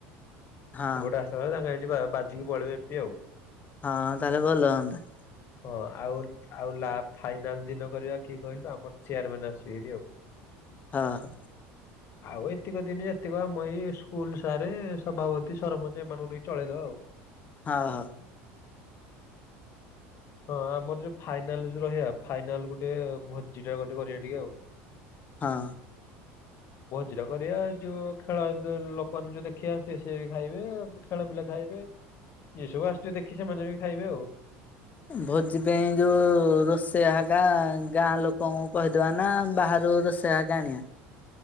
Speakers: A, on the left (about 25°); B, on the left (about 45°).
A: ହଁ
B: ଏପଟେ ଆସ ତଳେ ତାଙ୍କ ହେଠି ବା ବାଜିକି ପଳେଇବେ ଏମପି ଆଉ।
A: ହଁ ତାହେଲେ ଭଲ ହଅନ୍ତା।
B: ହଁ ଆଉଲ ଆଉ ଲା ଫାଇନାଲ ଦିନ କରିବା କିଏ କହିଲୁ ଆମର ଚେୟାରମ୍ୟାନ ଆସିବେ ହେରି ଆଉ।
A: ହଁ।
B: ଆଉ ଏତିକ ଦିନ ଯେତିକ ଆମ ଏଇ ସ୍କୁଲ ସାରେ ସଭାପତି ସରପଞ୍ଚ ଏମାନଙ୍କୁ ନେଇି ଚଳେଇଦବା ଆଉ।
A: ହଅ
B: ହଁ ଆମର ଯୋଉ ଫାଇନାଲ ଯୋଉ ରହିବା ଫାଇନାଲଗୋଟେ ଭୋଜି ଟା ଗୋଟେ କରିବା ଟିକେ ଆଉ।
A: ହଁ।
B: ଭଜିଟା କରିବା ଯୋଉ ଖେଳ ଲୋକମାନେ ଯୋଉ ଦେଖିବା ଆସିବେ ସେ ବି ଖାଇବେ ଖେଳ ପିଲା ଖାଇବେ ଯିଏ ସବୁ ଆସୁିଥିବେ ଦେଖି ସେମାନେ ବି ଖାଇବେ ଆଉ।
A: ଭୋଜି ପାଇଁ ଯୋଉ ରୋଷେଇଆ ହାଗା ଗାଁ ଲୋକଙ୍କୁ କହିଦେବା ନା ବାହାରୁ ରୋଷେଇ ଆକା ଆଣିବା।